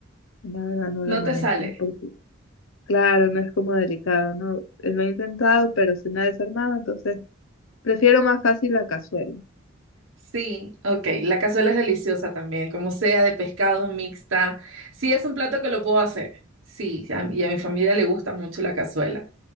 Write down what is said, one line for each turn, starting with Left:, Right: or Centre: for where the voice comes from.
Left: la verdad no la
Right: No
Left: manejo.
Right: te sale.
Left: Porque, claro, no es como delicado, ¿no? Eh, Lo he intentado, pero se me ha desarmado, entonces prefiero más fácil la cazuela.
Right: Sí, ok. La cazuela es deliciosa también, como sea, de pescado, mixta. Sí, es un plato que lo puedo hacer. Sí, a mí- y a mi familia le gusta mucho la cazuela.